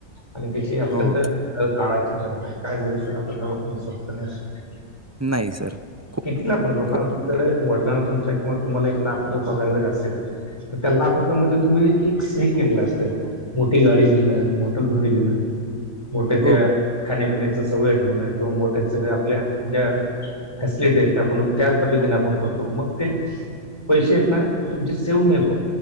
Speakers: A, on the left; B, on the right.
A: आणि त्याची अत्यंत
B: हो.
A: काळाची गरज आहे. काय झालय सर आता दवाखाने स्वस्त नाही राहिले.
B: नाही सर. खो
A: कितीला पण लोकांना
B: खो
A: तुमच्याकडे वडिलांना तुमच्या किंवा तुम्हाला एक लाख रुपये पगार जरी असेल तर त्या लाख रुपयामध्ये तुम्ही एक सही केलेलं असत. मोठी गाडी घेणं. मोठं घर घेणं. मोठे त्या
B: हो,
A: खाण्या पिण्याच सवय ठेवण किंवा मोठे सगळे आपल्या ज्या फॅसिलिटी आहेत. त्या आपण त्या पद्धतीने आपण करतो मग ते पैसे आहेत ना तुमचे सेव्ह नाही होत.